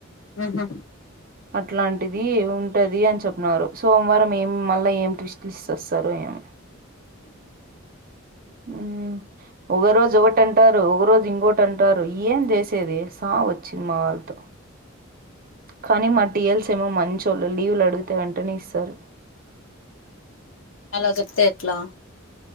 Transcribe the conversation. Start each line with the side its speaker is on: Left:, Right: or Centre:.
Left: ఊహు
Right: అట్లాంటిది ఉంటది అని చెప్న్నరు సోమవారం ఏం మళ్ళా ఏం ట్విస్ట్లు ఇచి చస్తారో ఏమో ఉ ఒక రోజు ఒకటంటారు ఒక రోజు ఇంగొటి అంటారు ఏం చేసి ది సావోచ్చింది మా వాళ్ళతో కానీ మా టీఎల్స్ ఏమో మంచొల్లూ లీవులు అడిగితే వెంటనే ఇస్తారు
Left: అలా చెప్తే ఎట్లా